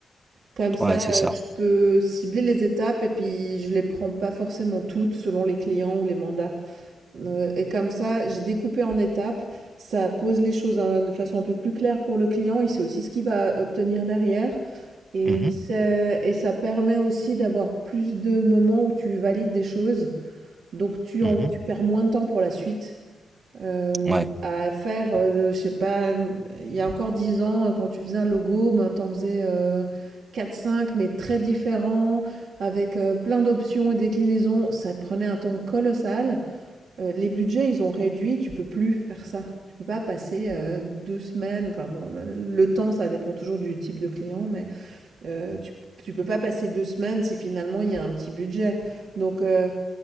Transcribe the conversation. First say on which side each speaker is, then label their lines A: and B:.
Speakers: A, on the right (about 90°); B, on the right (about 20°).
A: Comme ça,
B: ouais, c'est
A: euh,
B: ça.
A: je peux cibler les étapes et puis je les prends pas forcément toutes selon les clients ou les mandats. Euh, et comme ça, j'ai découpé en étapes. Ça pose les choses hein, de façon un peu plus claire pour le client. Il sait aussi ce qu'il va obtenir derrière. Et,
B: Mhm.
A: il sait- et ça permet aussi d'avoir plus de moments où tu valides des choses. Donc tu, en-
B: Mhm.
A: tu perds moins de temps pour la suite euh,
B: Ouais,
A: à faire, euh, je sais pas, euh, il y a encore 10 ans, euh, quand tu faisais un logo, ben, t'en faisais 4-5, mais très différents, avec euh, plein d'options et déclinaisons. Ça te prenait un temps colossal. Euh, les budgets, ils ont réduit, tu peux plus faire ça. Tu peux pas passer euh, deux semaines, enfin bon, le, le temps, ça dépend toujours du type de client, mais euh, tu, tu peux pas passer deux semaines si finalement il y a un petit budget. Donc, euh,